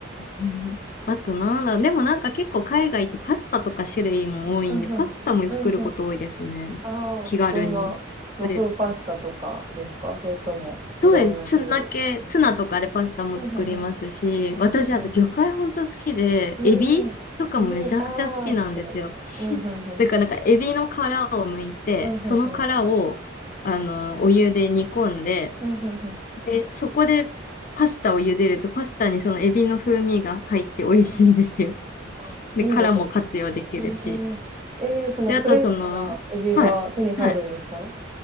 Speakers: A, on the left (about 45°); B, on the right (about 40°).
A: うんあとなんだ、でもなんか結構海外ってパスタとか種類も多いんで、
B: うん、
A: パスタも作ること多いですね。
B: うん、うん。ああー、
A: 気軽に作れる。
B: どんな和風パスタとかですかそれとも、いろんな種類作る。
A: そうです。ツナ系、ツナとかでパスタも作りますし、
B: うん、うん、
A: 私あと魚介本当好きで、
B: うん、うん。
A: エビとかもめちゃくちゃ好きなんですよ。
B: うん。エビ、ああ、確かに。うん、
A: <laughs>
B: うん、うん。
A: だからなんかエビの殻を剥いて、
B: うん、うん、
A: その殻をあの、
B: うん。
A: お湯で煮込んで、
B: うん、うん、うん。
A: で、そこでパスタを茹でると、パスタにそのエビの風味が入って美味しいんですよ。
B: うんうんあ、いいですね。
A: で、殻も活用できるし。
B: うん。えー、そのフレッシュなエビが手に入るんですか
A: で、あとその、はい、はい。